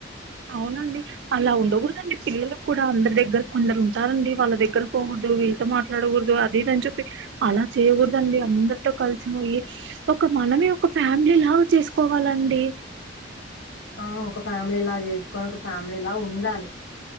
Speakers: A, on the right; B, on the left.
A: అవునండి అలా ఉండకూడదండి పిల్లలు కూడా అందరి దగ్గర కొందరు ఉంటారండి వాళ్ళ దగ్గర పోకూడదు వీళ్ళ ఎంత మాట్లాడకూడదు అది ఇదిని చెప్పి అలా చేయ్యకూడద అండి అందరితో కలిసి పోయి ఒక మనమే ఒక ఫ్యామిలీ లా చేసుకోవాలండి
B: ఆ ఒక ఫ్యామిలీ లా చేసుకొని ఒక ఫ్యామిలీ లా ఉండాలి